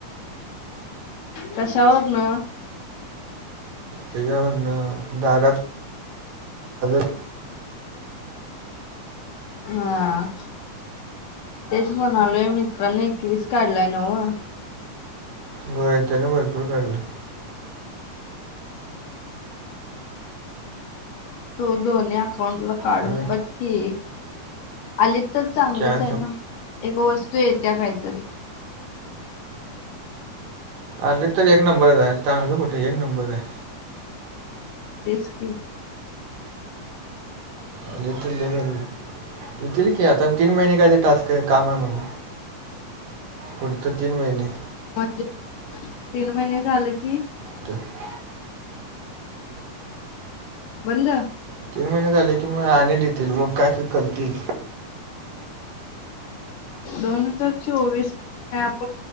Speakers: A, on the left; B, on the right.
A: कशावरन?
B: त्याच्यावरन दारात <unintelligible>
A: हां तेच म्हणालोय मित्रांनी एक वीस काढलाय नव्ह?
B: होय त्याने भरपूर काढलाय.
A: दो दोन्ही अकाउंट ला काढून
B: त्यानं
A: बघ की. आलीत तर चांगलंच
B: कॅन्स
A: आहे ना. एक वस्तू येत्या काहीतरी.
B: आले तर एक नंबरच आहे चांगलं कुठे एक नंबर आहे.
A: तेच की.
B: आलीत तर लई भारी होईल, येतील की आता तीन महिने काय तर टास्क आहे काम आहे म्हण. पुढचे तीन महिने.
A: म्हणजे तीन महिने झाले की?
B: <inaudible>
A: बंद
B: तीन महिने झाले की मग आणि देतील मग काय तरी करतील.
A: दोन हजार चोवीस ॲप